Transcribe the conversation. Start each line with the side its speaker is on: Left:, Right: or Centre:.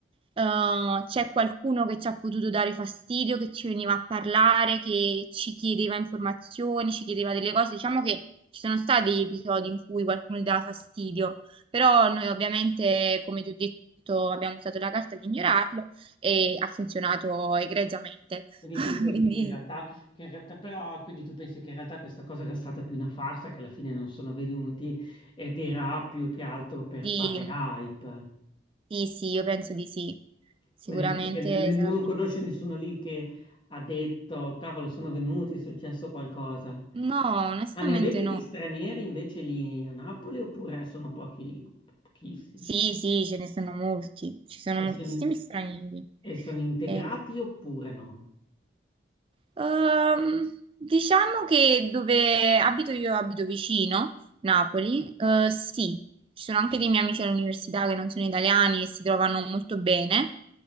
Right: Uh, c'è qualcuno che ci ha potuto dare fastidio, che ci veniva a parlare, che ci chiedeva informazioni, ci chiedeva delle cose. Diciamo che ci sono stati degli episodi in cui qualcuno gli dava fastidio. Però noi ovviamente, come ti ho detto, abbiamo usato la carta di ignorarlo e ha funzionato egregiamente.
Left: Quindi
Right: <laughs>
Left: tu pensi
Right: Quindi
Left: che in realtà, che in realtà però, quindi tu pensi che in realtà questa cosa era stata più una farsa, che alla fine non sono venuti ed era più che altro per
Right: sì,
Left: fare hype.
Right: sì, sì, io penso di sì. Sicuramente
Left: Quindi anche perché n- n-
Right: sarà
Left: non
Right: per
Left: conosci
Right: questo.
Left: nessuno lì che ha detto, cavolo, sono venuti, è successo qualcosa.
Right: No, onestamente
Left: Ma ne avete
Right: no.
Left: di stranieri invece lì a Napoli oppure sono pochi, pochissimi?
Right: Sì, sì, ce ne sono molti. Ci sono
Left: E
Right: moltissimi
Left: sono,
Right: stranieri.
Left: e sono integrati
Right: Eh,
Left: oppure no?
Right: Ehm, diciamo che dove abito io, abito vicino, Napoli, Eh, sì, ci sono anche dei miei amici all'università che non sono italiani e si trovano molto bene,